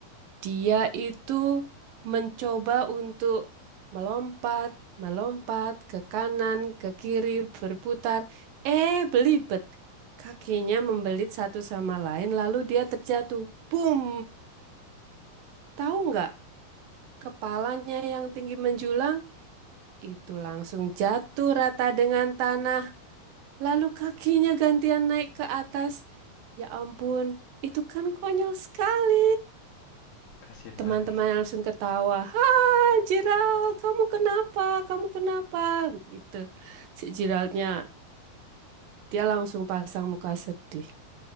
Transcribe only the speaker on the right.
dia itu mencoba untuk melompat, melompat ke kanan, ke kiri, berputar. Eh, belibet. Kakinya membelit satu sama lain, lalu dia terjatuh. Boom! Tahu nggak? Kepalanya yang tinggi menjulang itu langsung jatuh rata dengan tanah. Lalu kakinya gantian naik ke atas. Ya ampun, itu kan konyol sekali.
Teman-teman
langsung ketawa. Hai Gerald, kamu kenapa? Kamu kenapa? Begitu. Si Geraldnya, dia langsung pasang muka sedih.